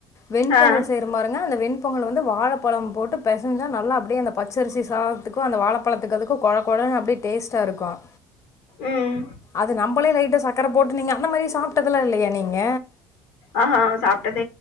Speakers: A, on the left; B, on the left.
A: வெண்பொங்கல்
B: ஆ
A: செய்யறபாருங்க அந்த வெண் வெண்பொங்கல வந்து வாழைப்பழம் போட்டு பெசைஞ்சா நல்லா அப்படியே அந்த பச்சரிசி சாதத்துக்கும் அந்த வாழைப்பழத்துக்கும் குழ குழன்னு அப்படியே டேஸ்ட்டாக இருக்கும்
B: உம்
A: அது நம்மளே லைட்டா சக்கரை போட்டு நீங்க அந்த மாதிரி சாப்பிட்டதுலாஇல்லையா நீங்க
B: ஆஹ்ஹ சாப்